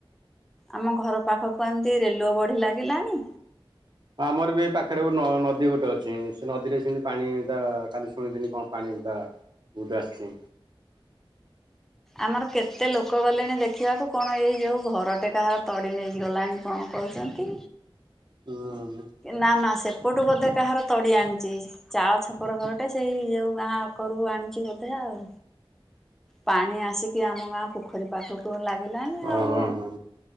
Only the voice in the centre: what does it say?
ଆମ ଘର ପାଖକୁ ଏମିତି ରେଲୁଅ ବଢି ଲାଗିଲାଣି
ଆମର କେତେ ଲୋକ ଗଲେଣି ଦେଖିବାକୁ କଣ ଏଇ ଯେଉଁ ଘରଟେ କାହାର ତଡ଼ି ନେଇଗଲାଣି କଣ କହୁଛନ୍ତି?
ନା ନା ସେପଟୁ ବୋଧେ କାହାର ତଡ଼ି ଆଣିଛି ଚାଳ ଛପର ଘରଟେ ସେଇ ଯେଉଁ ଗାଁ କରୁ ଆଣିଛି ବୋଧେ ଆଉ। ପାଣି ଆସିକି ଆମ ଗାଁ ପୋଖରୀ ପାଖକୁ ଲାଗିଲାଣି
ଆଉ।